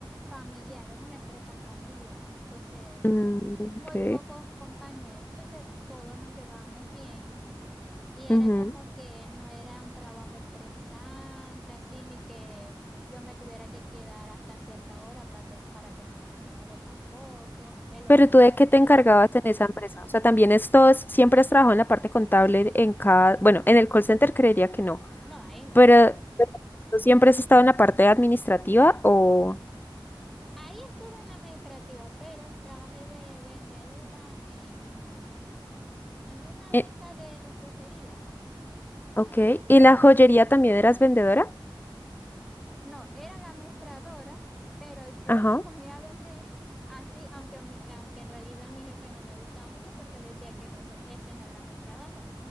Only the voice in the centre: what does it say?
familiar, era una empresa familiar. Entonces,
muy pocos compañeros. Entonces, todos nos llevábamos bien. Y era
como que no era un trabajo estresante, así, ni que yo me tuviera que quedar hasta cierta hora para, para terminar el trabajo tampoco. El horario
era flexible.
No, ahí no.
Ahí estuve en la administrativa, pero trabajé de vendedora en, en una
venta de repostería
al mayor.
No, era la mestradora, pero yo
<laughs> la ponía a vender así, aunque, a mi- aunque en realidad a mi jefe no le gustaba mucho porque él decía que no, ese, ese no era mi trabajo.